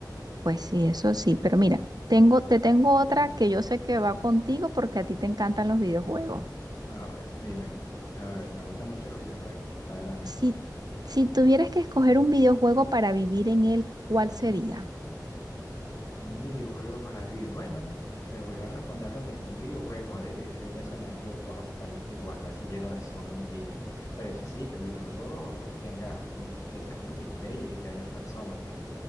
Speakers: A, on the right (about 65°); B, on the left (about 50°).
A: Pues sí, eso sí, pero mira, tengo, te tengo otra que yo sé que va contigo porque a ti te encantan los videojuegos.
B: A ver, dime. A ver, me gustan mucho los videojuegos. Adelante.
A: Si, si tuvieras que escoger un videojuego para vivir en él, ¿cuál sería?
B: Un videojuego para vivir. Bueno, te voy a responder lo mismo. Un videojuego de, de un escenario posapocalíptico o algo así lleno de zombies. Pero eso sí, que el videojuego tenga multi, que sea multiplayer y que hayan personas, pues.